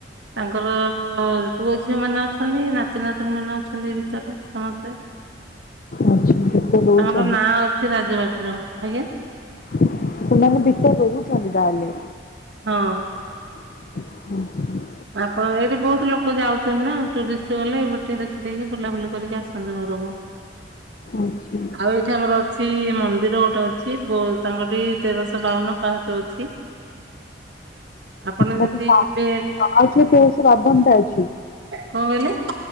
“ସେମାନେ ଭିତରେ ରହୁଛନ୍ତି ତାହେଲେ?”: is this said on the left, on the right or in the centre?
Left